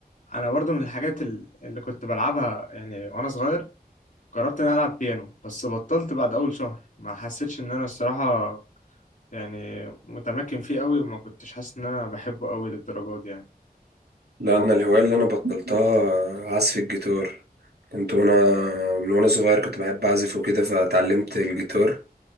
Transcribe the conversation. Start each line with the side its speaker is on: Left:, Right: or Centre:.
Left: أنا برضو من الحاجات ال- اللي كنت بلعبها يعني وأنا صغير جربت اني العب بيانو بس بطلت بعد اول شهر ما حسيتش ان انا الصراحه يعني متمكن فيه قوي وما كنتش حاسس ان انا بحبه قوي للدرجه دي يعني
Right: لا انا الهوايه اللي انا بطلتها عزف الجيتار كنت وانا من وانا صغير كنت بحب اعزف وكده فتعلمت الجيتار